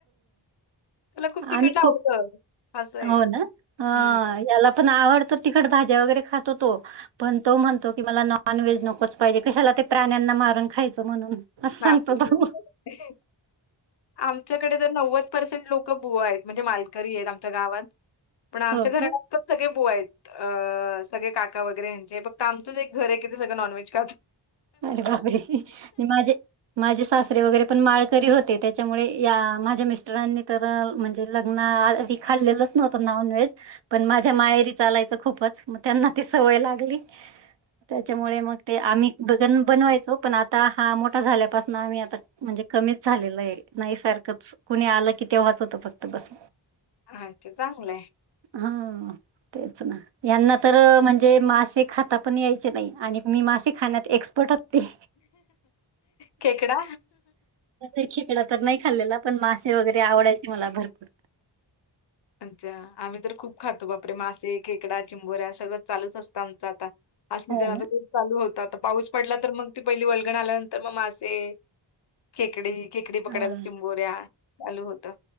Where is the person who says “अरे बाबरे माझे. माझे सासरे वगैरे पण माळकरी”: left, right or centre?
Right